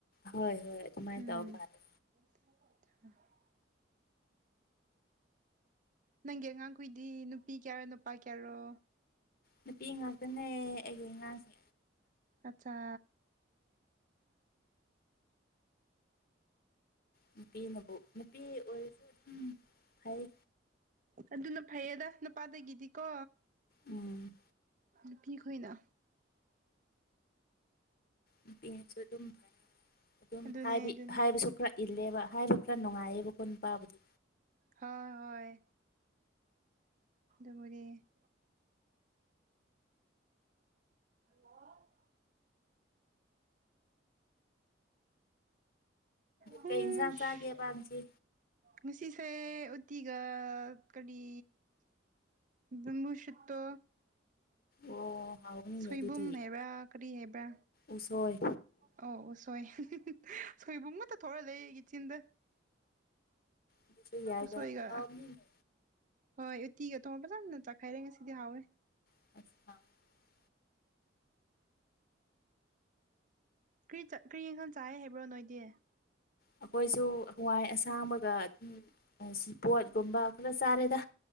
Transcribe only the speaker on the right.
ꯎꯝ
<unintelligible> ꯅꯪꯒꯤ ꯑꯉꯥꯡꯈꯨꯏꯗꯤ ꯅꯨꯄꯤ ꯀꯌꯥꯔꯣ ꯅꯨꯄꯥ ꯀꯌꯥꯔꯣ
ꯑꯠꯆꯥ
ꯑꯗꯨꯅ ꯐꯩꯌꯦꯗ ꯅꯨꯄꯥꯗꯒꯤꯗꯤꯀꯣ
ꯅꯨꯄꯤ ꯈꯣꯏꯅ
ꯑꯗꯨꯅꯦ
ꯑꯗꯨꯅꯦ
ꯍꯣꯏ ꯍꯣꯏ ꯑꯗꯨꯅꯦ ꯍꯜꯂꯣ ꯍꯨꯏꯁ
ꯉꯁꯤꯁꯦ ꯎꯇꯤꯒ ꯀꯔꯤ ꯕꯝꯕꯨꯁꯨꯠꯇꯣ
ꯁꯣꯏꯕꯨꯝ
ꯍꯥꯏꯕ꯭ꯔꯥ ꯀꯔꯤ ꯍꯥꯏꯕ꯭ꯔꯥ
ꯑꯣ ꯎꯁꯣꯏ ꯁꯣꯏꯕꯨꯝꯃꯇ ꯊꯣꯛꯑ ꯂꯩ ꯏꯆꯤꯟꯗ
ꯎꯁꯣꯏꯒ
ꯍꯣꯏ ꯎꯇꯤꯒ ꯇꯣ ꯐꯖꯟꯅ ꯆꯥꯈꯥꯏꯔꯦ ꯉꯁꯤꯗꯤ ꯍꯥꯎꯋꯦ
ꯀꯔꯤ ꯀꯔꯤ ꯌꯦꯡꯈꯥꯡ ꯆꯥ ꯍꯥꯏꯕ꯭ꯔꯣ ꯅꯣꯏꯗꯤ